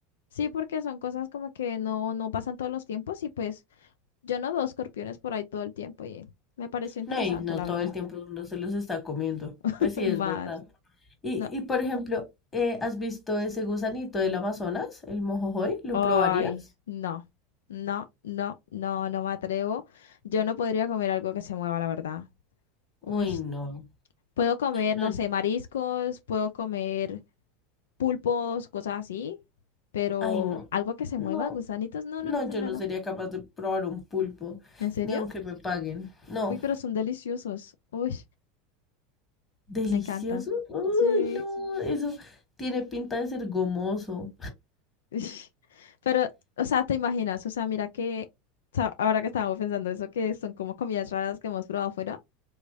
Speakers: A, on the left (about 80°); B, on the left (about 20°).
A: sí, porque son cosas como que no, no pasan todos los tiempos y pues yo no veo escorpiones por ahí todo el tiempo y me pareció interesante,
B: No, y no
A: la
B: todo
A: verdad.
B: el tiempo uno se los está comiendo.
A: <laughs>
B: Pues sí,
A: Más,
B: es verdad. Y,
A: no,
B: y por ejemplo, eh, ¿has visto ese gusanito del Amazonas, el mojojoy? ¿Lo
A: ay,
B: probarías?
A: no, no, no, no, no me atrevo. Yo no podría comer algo que se mueva, la verdad. Uy,
B: Uy, no.
A: puedo comer,
B: No,
A: no sé, mariscos, puedo comer. pulpos, cosas así, pero
B: ay, no.
A: algo que se
B: No,
A: mueva, gusanitos, no,
B: no,
A: no, no,
B: yo
A: no, no,
B: no
A: no.
B: sería capaz de probar un pulpo,
A: ¿En serio?
B: ni aunque me paguen. No,
A: Uy, pero son deliciosos. Uy,
B: delicioso.
A: me encanta.
B: Uy,
A: Sí.
B: no, eso tiene pinta de ser gomoso.
A: <laughs> Pero, o sea, te imaginas, o sea, mira que, o sea, ahora que estábamos pensando eso, que son como comidas raras que hemos probado fuera.